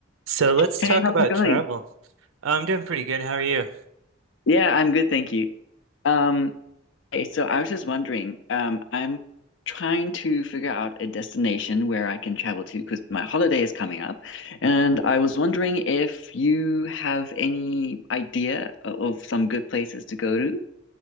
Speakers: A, on the right (about 85°); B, on the left (about 65°).
A: So let's
B: Hey,
A: talk
B: how's
A: about
B: it going?
A: travel. Oh, I'm doing pretty good. How are you?
B: Yeah, I'm good, thank you. Um, hey, so I was just wondering, um, I'm trying to figure out a destination where I can travel to because my holiday is coming up, and I was wondering if you have any idea o- of some good places to go to.